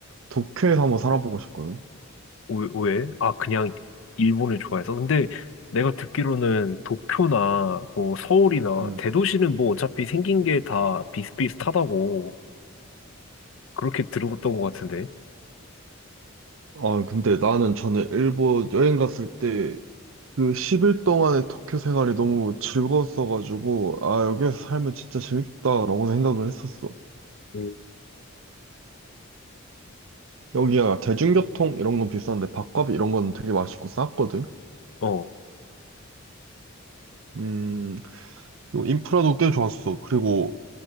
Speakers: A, on the right; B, on the left.
A: 도쿄에서 한번 살아보고 싶거든.
B: 왜? 왜? 아, 그냥 일본을 좋아해서? 근데 내가 듣기로는 도쿄나 뭐 서울이나
A: 음.
B: 대도시는 뭐 어차피 생긴 게 다 비슷비슷하다고 그렇게 들었던 것 같은데.
A: 아, 근데 나는 전에 일본 여행 갔을 때 그 10일 동안의 도쿄 생활이 너무 즐거웠어가지고, 아, 여기에서 살면 진짜 재밌겠다라고 생각을 했었어.
B: 응.
A: 여기야 대중교통 이런 건 비싼데 밥값 이런 건 되게 맛있고 쌌거든.
B: 어,
A: 음, 그리고 인프라도 꽤 좋았어. 그리고